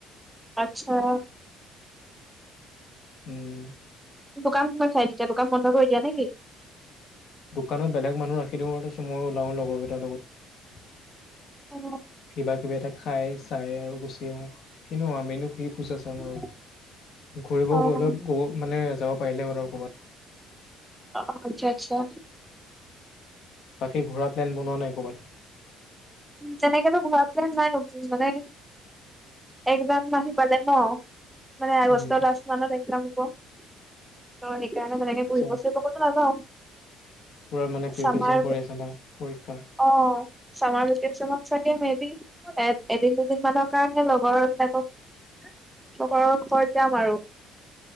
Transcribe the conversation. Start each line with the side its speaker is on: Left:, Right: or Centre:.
Centre: আটচা,
Left: উম
Centre: দোকান কোনে চাই তেতিয়া দোকান বন্ধ কৰি দিয়া নেকি?
Left: দোকানত বেলেগ মানুহ ৰাখি দিওঁ তাৰপিছত ময়ো ওলাওঁ লগৰকেইটাৰ লগত।
Centre: অ
Left: কিবা কিবি এটা খাই চাই আৰু গুচি আহো কিনো আও। মইনো পুজা ছাম আৰু,
Centre: অ
Left: ঘূৰিব
Centre: অ',
Left: গলে কব মানে যাব পাৰিলে হল আৰু অকণমান,
Centre: অ আটচা আটচা।
Left: বাকী ঘুৰাৰ প্লেন বনোৱা নাই কৰবাত?
Centre: তেনেকেতো ঘুৰা প্লেন নাই মানে, একজাম আহ আহি পালে ন? মানে আগষ্টৰ
Left: উম
Centre: লাষ্ট মানত একজাম হ'ব। ত সেইকাৰণে তেনেকে ফুৰিব
Left: চা
Centre: চুুৰিব কতো নাযাও
Left: পুৰা মানে প্ৰিপেৰেচন
Centre: চামাৰ
Left: কৰি আছা না পৰীক্ষাৰ
Centre: অ চামাৰ ভিক ভিকেচনত চাগে মে বি এ এদিন দুদিন মানৰ কাৰণে লগৰ বিলাকক লগৰ ঘৰত যাম আৰু